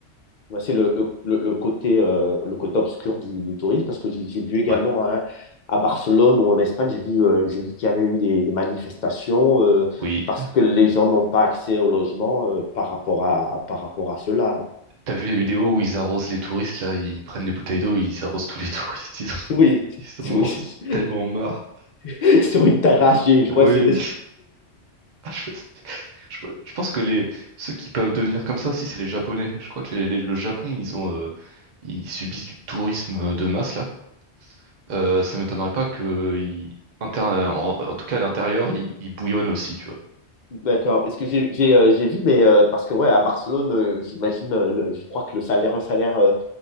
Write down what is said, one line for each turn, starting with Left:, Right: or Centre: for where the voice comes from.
Left: ouais, c'est le, le, le- le côté, euh, le côté obscur du, du tourisme parce que j'ai j'ai vu également
Right: ouais,
Left: hein, à Barcelone ou en Espagne, j'ai vu, euh, j'ai vu qu'il y avait eu des, des manifestations. euh,
Right: oui.
Left: parce que les gens n'ont pas accès au logement euh, par rapport à, par rapport à cela.
Right: T'as vu les vidéos où ils arrosent les touristes, là, ils prennent des bouteilles d'eau, ils arrosent tous les <laughs> touristes, ils en,
Left: Oui,
Right: <laughs> ils
Left: <laughs> oui.
Right: en ont tellement marre.
Left: <laughs> Sur une terrasse, j'ai- je crois
Right: Oui,
Left: que c'était.
Right: <laughs> Ah, Je, je pe- je pense que les ceux qui peuvent devenir comme ça aussi, c'est les Japonais. Je crois que les- les- le Japon, ils ont, euh, ils subissent du tourisme euh, de masse là. Euh, ça m'étonnerait pas que ils- inter- en, en tout cas à l'intérieur, ils, ils bouillonnent aussi, tu vois.
Left: D'accord. Parce que j'ai j'ai, euh, j'ai vu, mais euh, parce que ouais, à Barcelone, euh, j'imagine, euh, le- je crois que le salaire, un salaire euh,